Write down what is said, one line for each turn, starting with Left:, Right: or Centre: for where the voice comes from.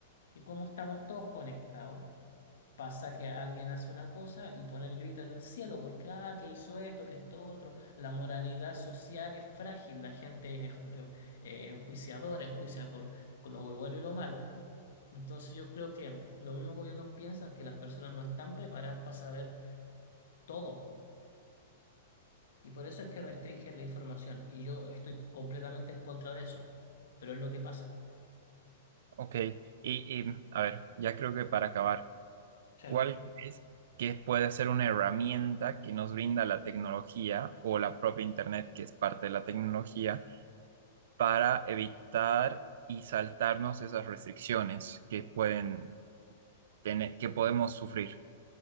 Left: Y como estamos todos conectados, pasa que alguien hace una cosa y pone el grito en el cielo porque, ah, que hizo esto, que esto otro. La moralidad social es frágil, la gente es enju- eh, enjuiciadora, enjuicia por lo bueno y lo malo. Entonces yo creo que los mismos gobiernos piensan que las personas no están preparadas para saber todo y por eso es que restringen la información y yo estoy completamente en contra de eso, pero es lo que pasa.
Right: Ok, y, y, a ver, ya creo que para acabar,
Left: Sí.
Right: ¿cuál crees que puede ser una herramienta que nos brinda la tecnología o la propia Internet, que es parte de la tecnología, para evitar y saltarnos esas restricciones que pueden tener, que podemos sufrir?